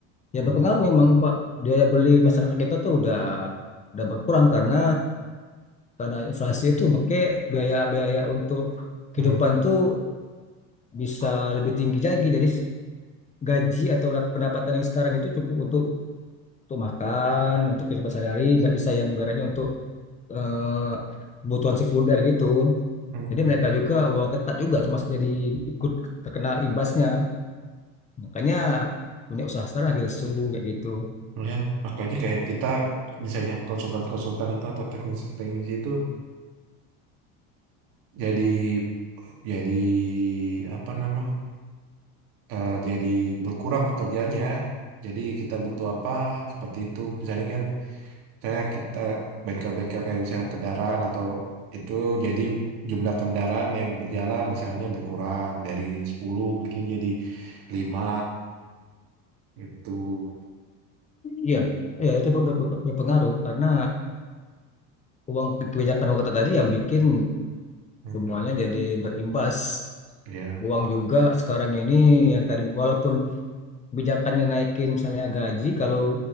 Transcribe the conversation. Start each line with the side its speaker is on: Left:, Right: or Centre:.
Left: ya
Right: hmm,
Left: berpengaruh memang Pak biaya beli masyarakat kita tuh udah udah berkurang karena karena inflasi itu maka biaya-biaya untuk kehidupan
Right: hmm,
Left: tuh bisa lebih tinggi lagi jadi gaji atau pendapatan yang sekarang itu cukup untuk untuk makan untuk kehidupan sehari-hari nggak bisa yang ibaratnya untuk eh, kebutuhan sekunder gitu.
Right: hmm.
Left: Jadi mereka juga uang ketat juga termasuk jadi ikut terkena imbasnya. Makanya dunia usaha sekarang lagi lesu kayak gitu.
Right: Ya, makanya kayak kita misalnya konsultan-konsultan itu atau teknisi-teknisi itu jadi jadi apa nama eh, jadi berkurang pekerjaannya. Jadi kita butuh apa seperti itu. Misalnya kan, misalnya kita bengkel-bengkel kayak misalnya kendaraan atau itu jadi jumlah kendaraan yang berjalan misalnya berkurang dari 10 mungkin jadi 5 itu.
Left: Iya, ya itu ber- ber- ber- berpengaruh karena uang kebijakan uang ketat tadi yang bikin
Right: Hmm,
Left: semuanya jadi berimbas.
Right: ya.
Left: Uang juga sekarang ini yang tadi walaupun kebijakannya naikin misalnya gaji, kalau